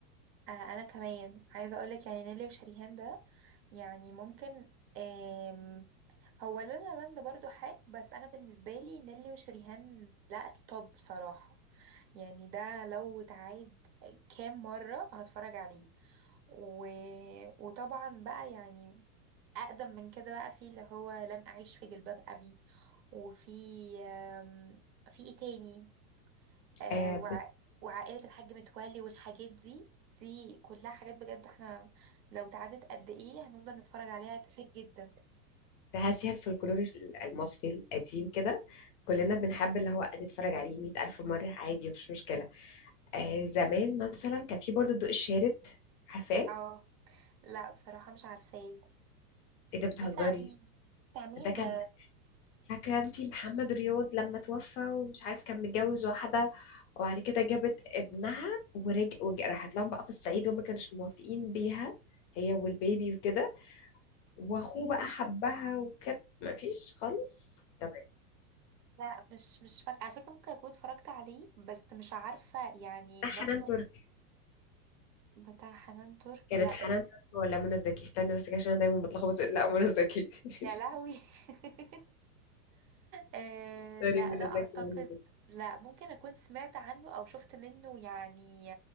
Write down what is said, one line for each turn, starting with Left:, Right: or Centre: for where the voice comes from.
Right: آه انا كمان عايزه اقولك يعني نيلي وشريهان ده يعني ممكن آم هو لا لا لاند برضو حلو بس انا بالنسبه لي نيلي وشريهان لا التوب بصراحه يعني ده لو اتعاد كام مره هتفرج عليه و... وطبعا بقى يعني أقدم من كده بقى في اللي هو لن أعيش في جلباب أبي وفي آم، في إيه تاني آه،
Left: آه
Right: وع...
Left: بص
Right: وعائلة الحاج متولي والحاجات دي دي كلها حاجات بجد احنا لو تعدت قد ايه هنفضل نتفرج عليها كتير جدا
Left: هذه الفولكلور المصري القديم كده كلنا بنحب اللي هو نتفرج عليه مئة ألف مرة عادي مفيش مشكلة آه زمان مثلا كان في برضه الضوء الشارد عارفاه؟
Right: اه لا بصراحة مش عارفاه
Left: إيه ده بتهزري
Right: ده بتاع مين بتاع مين
Left: ده كان
Right: ده
Left: فاكرة انتي محمد رياض لما توفى ومش عارف كان متجوز واحدة وبعد كده جابت ابنها ورج... ورج... راحت لهم بقى في الصعيد وما كانوش موافقين بيها هي والبيبي وكده واخوه
Right: إيه؟
Left: بقى حبها وكده ما فيش خالص طب
Right: لا مش مش فاكرة على فكرة ممكن أكون اتفرجت عليه بس مش عارفة يعني
Left: ده
Right: الناس
Left: حنان تركي
Right: بتاع حنان ترك
Left: كانت
Right: لا
Left: حنان تركي ولا منى زكي استني بس كده عشان انا دايما بتلخبط لا منى زكي <laughs>
Right: يا لهوي <laughs> آه
Left: سوري
Right: لا
Left: منى
Right: ده اعتقد
Left: زكي منى زكي
Right: لا ممكن اكون سمعت عنه او شفت منه يعني